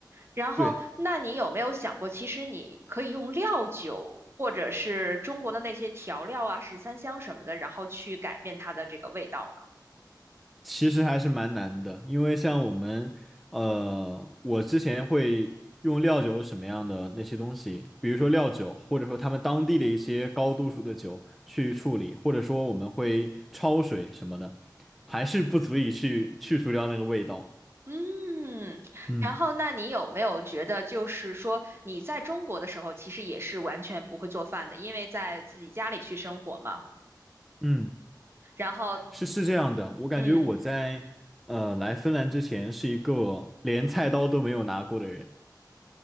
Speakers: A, on the right (about 35°); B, in the centre.
A: 然后，
B: 对。
A: 那你有没有想过，其实你可以用料酒或者是中国的那些调料啊，十三香什么的，然后去改变它的这个味道呢？
B: 其实还是蛮难的，因为像我们，呃，我之前会用料酒什么样的那些东西，比如说料酒，或者说他们当地的一些高度数的酒去处理，或者说我们会焯水什么的，还是不足以去去除掉那个味道。
A: 嗯，
B: 嗯
A: 然后那你有没有觉得，就是说你在中国的时候，其实也是完全不会做饭的，因为在自己家里去生活嘛。
B: 嗯，
A: 然后，
B: 是是这样的，我感觉我在呃来芬兰之前是一个连菜刀都没有拿过的人。
A: 嗯。